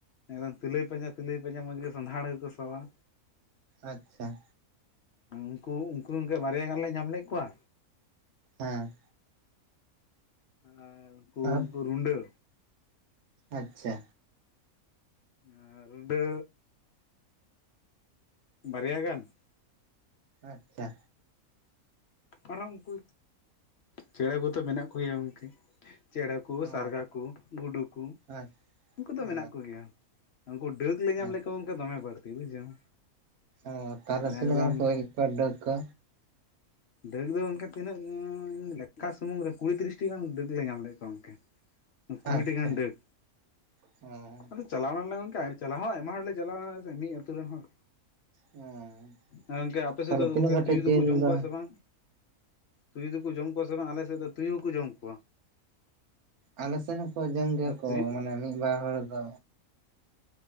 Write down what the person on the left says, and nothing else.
ᱮᱠᱫᱚᱢ ᱛᱤᱞᱟᱹᱭ ᱯᱟᱸᱡᱟ ᱛᱤᱞᱟᱹᱭ ᱯᱟᱸᱡᱟ ᱢᱚᱡᱽ ᱜᱮ ᱥᱚᱸᱫᱷᱟᱲ ᱜᱮᱠᱚ ᱥᱚᱣᱟ᱾
ᱩᱱᱠᱩ ᱩᱱᱠᱩ ᱜᱚᱝᱠᱮ ᱵᱟᱨᱭᱟ ᱜᱟᱱ ᱞᱮ ᱧᱟᱢ ᱞᱮᱫ ᱠᱚᱣᱟ᱾
ᱟᱨ ᱩᱱᱠᱩ
ᱩᱱᱠᱩ ᱨᱩᱸᱰᱟᱹ᱾
ᱟᱨ ᱨᱩᱸᱵᱟᱹ ᱵᱟᱨᱭᱟ ᱜᱟᱱ?
ᱟᱨᱦᱚᱸ ᱩᱱᱠᱩ, ᱪᱮᱬᱮ ᱠᱚᱛᱚ ᱢᱮᱱᱟᱜ ᱠᱚᱜᱮᱭᱟ ᱜᱚᱝᱠᱮ᱾ ᱪᱮᱬᱮ ᱠᱚ,
ᱥᱟᱨᱜᱟ ᱠᱚ, ᱜᱩᱰᱩ ᱠᱚ
ᱩᱱᱠᱩ ᱫᱚ
ᱢᱮᱱᱟᱜ ᱠᱚᱜᱮᱭᱟ᱾ ᱩᱱᱠᱩ ᱰᱟᱹᱠ ᱞᱮ ᱧᱟᱢ
ᱞᱮᱫ ᱠᱚᱣᱟ ᱜᱚᱝᱠᱮ ᱫᱚᱢᱮ ᱵᱟᱹᱲᱛᱤ ᱵᱩᱡᱷᱟᱹᱣ᱾
ᱮᱠᱫᱚᱢ
ᱰᱟᱹᱜ ᱫᱚ ᱚᱝᱠᱮ ᱛᱤᱱᱟᱹᱜ ᱩᱸ ᱞᱮᱠᱷᱟ ᱥᱩᱢᱩᱝ ᱨᱮ ᱠᱩᱲᱤ ᱛᱤᱨᱤᱥᱴᱤ ᱜᱟᱱ ᱰᱟᱹᱠ ᱞᱮ ᱧᱟᱢ ᱞᱮᱫ ᱠᱚᱣᱟ ᱜᱚᱝᱠᱮ᱾ ᱠᱩᱲᱤᱴᱤ
ᱜᱟᱱ ᱰᱟᱹᱠ,
ᱟᱫᱚ ᱪᱟᱞᱟᱣ ᱱᱟᱞᱮ ᱜᱚᱝᱠᱮ ᱪᱟᱞᱟᱣ ᱦᱚᱸ ᱟᱭᱢᱟ ᱦᱚᱲ ᱞᱮ ᱪᱟᱞᱟᱣᱱᱟ ᱥᱮ ᱢᱤᱫ ᱟᱹᱛᱩ ᱨᱮᱱ ᱦᱚᱲ᱾
ᱮᱸ ᱜᱚᱝᱠᱮ ᱟᱯᱮ ᱥᱮᱫ
ᱫᱚ ᱜᱚᱝᱠᱮ
ᱛᱩᱭᱩ ᱫᱚᱠᱚ
ᱡᱚᱢ
ᱠᱚᱣᱟ ᱥᱮ ᱵᱟᱝ, ᱛᱩᱭᱩ ᱫᱚᱠᱚ ᱡᱚᱢ ᱠᱚᱣᱟ ᱥᱮ ᱵᱟᱝ ᱟᱞᱮ ᱥᱮᱫ ᱫᱚ ᱛᱩᱭᱩ ᱦᱚᱸᱠᱚ ᱡᱚᱢ ᱠᱚᱣᱟ᱾
ᱟᱨ
ᱛᱩᱭᱩ